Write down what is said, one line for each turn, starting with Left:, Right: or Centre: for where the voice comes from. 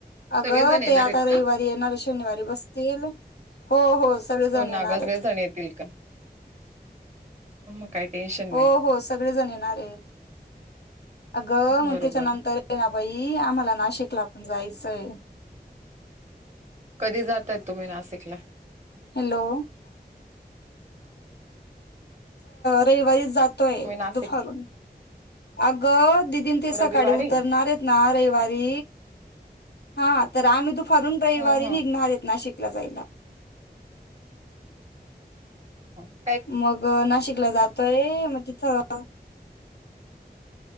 Left: अगं
Right: सगळेजण येणार
Left: ते आता
Right: आहेत
Left: रविवारी
Right: का
Left: येणारे शनिवारी बसतील. हो हो सगळेजण
Right: हो नागास
Left: येणार आहेत
Right: सगळे जण येतील का. आम काय टेन्शन
Left: हो
Right: नाही
Left: हो सगळेजण येणार आहेत अगं
Right: बरोबर
Left: मग त्याच्यानंतर ये नाबाई आम्हाला नाशिकला आपण जायच. जायचंय
Right: कधी जातय तुम्ही नाशिकला.
Left: हॅलो रविवारी जात. य
Right: मी नाशिक
Left: दुपारून अग दिदीन ते
Right: रविवारी
Left: सकाळी उतरणार आहेत ना रविवारी हा तर आम्ही दुपारून रविवारी
Right: हं हं.
Left: निघणार देत नाशिक जाईला
Right: ह
Left: मग नाशिकला जातोय मग तिथं हो